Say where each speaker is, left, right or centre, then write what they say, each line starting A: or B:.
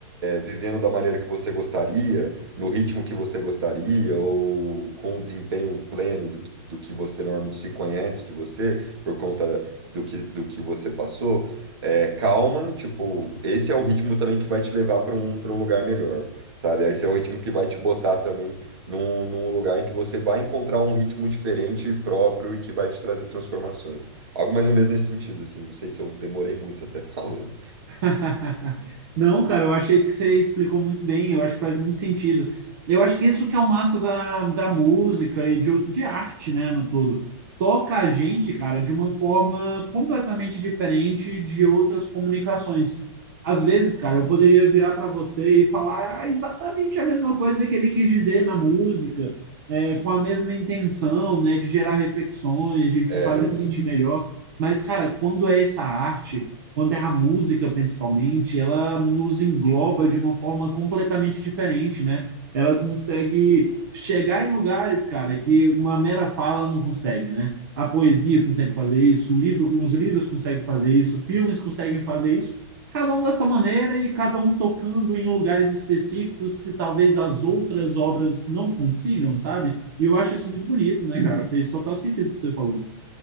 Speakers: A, on the right (about 70°); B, on the right (about 50°).
A: vivendo da maneira que você gostaria, no ritmo que você gostaria, ou com o desempenho pleno do, que- do que você normalmente se conhece de você, por conta do que, do que você passou, é, calma, tipo, esse é o ritmo também que vai te levar para um, para um lugar melhor, sabe? Esse é o ritmo que vai te botar também num, num lugar em que você vai encontrar um ritmo diferente e próprio e que vai te trazer transformações. Algo mais ou menos nesse sentido, assim. Não sei se eu demorei muito até <laughs> falando.
B: <laughs> Não, cara, eu achei que você explicou muito bem, eu acho que faz muito sentido. Eu acho que isso que é o massa da, da música e de, out- de arte, né, no todo. Toca a gente, cara, de uma forma completamente diferente de outras comunicações. Às vezes, cara, eu poderia virar para você e falar exatamente a mesma coisa que ele quis dizer na música, é, com a mesma intenção, né, de gerar reflexões, de te
A: É,
B: fazer sentir melhor. Mas, cara, quando é essa arte quando é a música principalmente, ela nos engloba de uma forma completamente diferente, né? Ela consegue chegar em lugares, cara, que uma mera fala não consegue, né? A poesia consegue fazer isso, o livro, os livros conseguem fazer isso, filmes conseguem fazer isso, cada um da sua maneira e cada um tocando em lugares específicos que talvez as outras obras não consigam, sabe? E eu acho isso muito bonito, né, cara? Fez total sentido o que você falou.